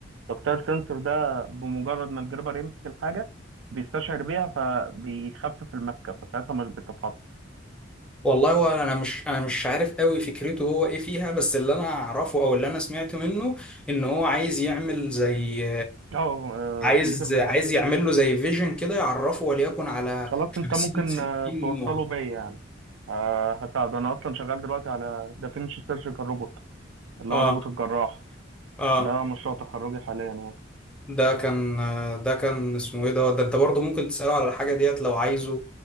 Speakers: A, on the right; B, in the centre.
A: تكتايل سنسور ده بمجرد ما الجريبر يمسك الحاجه بيستشعر بيها فبيخفف المسكه فساعتها مش بتتحط
B: والله هو انا مش انا مش عارف قوي فكرته هو ايه فيها بس اللي انا اعرفه او اللي انا سمعت منه ان هو عايز يعمل زي
A: اه
B: عايز
A: آه، كمبيوتر فيجن
B: عايز يعمل له زي فيجن كده يعرفه وليكن على
A: خلاص انت
B: 50
A: ممكن
B: 60
A: آه، توصله
B: نوع
A: بيا يعني آه، هساعده انا اصلا شغال دلوقتي على دافينشي سيرجيكال روبوت اللي
B: اه
A: هو الروبوت الجراح
B: اه
A: ده مشروع تخرجي حاليا يعني
B: ده كان ده كان اسمه ايه ده ده انت برضه ممكن تسأله على الحاجة ديت لو عايزه